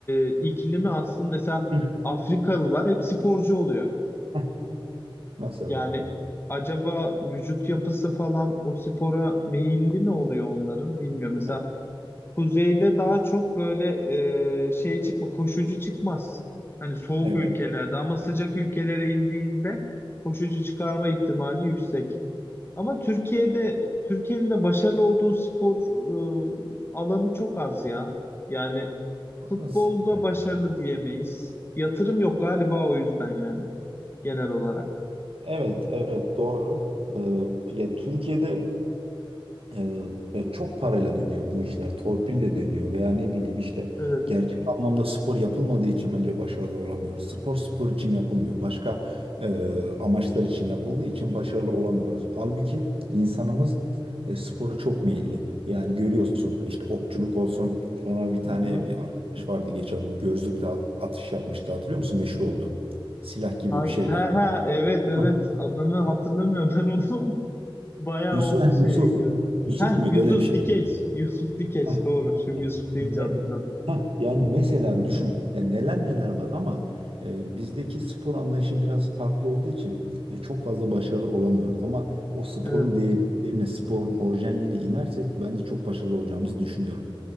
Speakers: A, on the left (about 25°); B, on the right (about 85°).
A: e, iklimi aslında mesela
B: Hı.
A: Afrikalılar hep sporcu oluyor.
B: Heh, Mesela
A: Yani
B: yani.
A: acaba vücut yapısı falan o spora meyilli mi oluyor onların bilmiyorum. Mesela
B: E-
A: Kuzeyde daha çok böyle e, şey çıkma, koşucu çıkmaz. Hani soğuk
B: Evet.
A: ülkelerde ama sıcak ülkelere indiğinde koşucu çıkarma ihtimali yüksek. Ama Türkiye'de Türkiye'nin de başarılı olduğu spor e, alanı çok az ya. Yani futbolda
B: Hız. Evet.
A: başarılı diyemeyiz. Yatırım yok galiba o yüzden yani genel olarak.
B: Evet, evet doğru. Ee, ya Türkiye'de e, ya çok parayla dönüyor bu işler, torpille dönüyor veya ne bileyim işte
A: Evet.
B: gerçek anlamda spor yapılmadığı için bence başarılı olamıyoruz. Spor spor için yapılmıyor, başka e, amaçlar için yapıldığı için başarılı olamıyoruz. Halbuki insanımız e, spora çok meyilli. Yani görüyorsun işte okçuluk olsun. Sonra bir tane
A: Hı hı.
B: bir arkadaş vardı geçen gün gözlükle at- atış yapmıştı hatırlıyor musun? Meşhur oldu. Silah gibi
A: Ha,
B: bir şeyle
A: ha, ha, evet evet
B: Heh,
A: adını hatırlamıyorum ben onu <laughs> Bayağı
B: Yusuf,
A: oldu
B: Heh,
A: şey.
B: Yusuf. Yusuf
A: Heh
B: muydu?
A: Yusuf
B: Öyle bir şeydi.
A: Dikeç. Yusuf Dikeç
B: heh,
A: doğru. Şimdi Yusuf deyince
B: ne-
A: hatırladım.
B: Heh, yani mesela düşün, yani neler neler var ama e, bizdeki spor anlayışı biraz farklı olduğu için e, çok fazla başarılı olamıyoruz. Ama o sporun
A: Evet.
B: derinliklerine, sporun orijinalliğine inersek bence çok başarılı olacağımızı düşünüyorum.